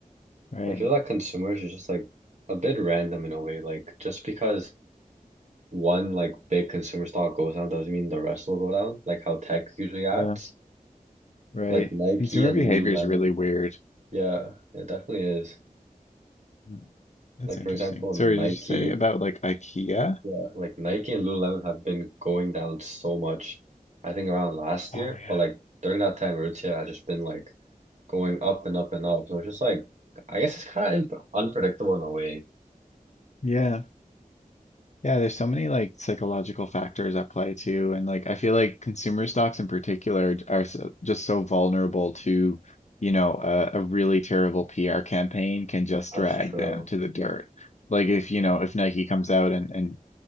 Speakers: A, on the left; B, on the right.
A: right.
B: But I feel like consumers are just like a bit random in a way. Like just because one like big consumer stock goes down doesn't mean the rest will go down. Like how tech usually acts.
A: Yeah, right.
B: Like Nike
A: Consumer
B: and
A: behavior
B: Lululemon.
A: is really weird.
B: Yeah, it definitely is.
A: Mm, That's
B: Like
A: interesting.
B: for example,
A: Sorry,
B: Nike.
A: did you say about like IKEA?
B: Yeah, like Nike and Lululemon have been going down so much. I think around last
A: Oh
B: year,
A: yeah.
B: but like during that time, Aritzia has just been like going up and up and up. So it's just like, I guess it's kind of imp unpredictable in a way.
A: Yeah. Yeah, there's so many like psychological factors at play too, and like I feel like consumer stocks in particular are so, just so vulnerable to, you know, a, a really terrible PR campaign can just
B: That's
A: drag
B: true.
A: them to the dirt. Like if,
B: That's true.
A: you know, if Nike comes out and and